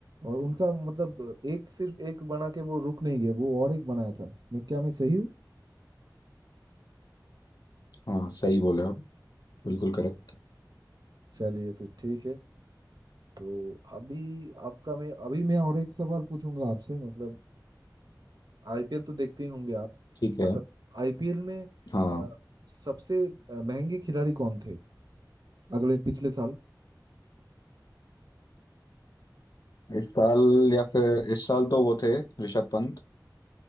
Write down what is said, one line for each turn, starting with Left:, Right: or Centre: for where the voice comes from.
Right: और उनका मतलब एक सिर्फ एक बना के वो रुक नहीं गए वो और एक बनाया था मैं क्या मैं सही हूँ
Left: हाँ सही बोले आप बिल्कुल करेक्ट
Right: चलिए फिर ठीक है तो अभी आपका मैं अभी मैं और एक सवाल पूछूंगा आपसे मतलब आईपीएल तो देखते ही होंगे आप
Left: ठीक है
Right: मतलब आईपीएल में
Left: हाँ
Right: अ, सबसे अ, महंगे खिलाड़ी कौन थे अगले पिछले साल
Left: इस साल या फिर इस साल तो वो थे ऋषभ पंत